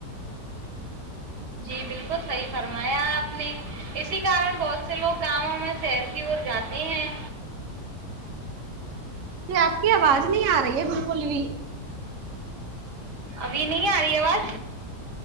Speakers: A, on the right; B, on the right.
A: جی بالکل صحی فرمایا آپ نے اسی کارن بہت سے لوگ کاموں میں شہر کی اور جاتے ہیں
B: جو آپ کی آواز نہیں آ رہی ہے بالکل بھی
A: ابھی نہیں آ رہی آواز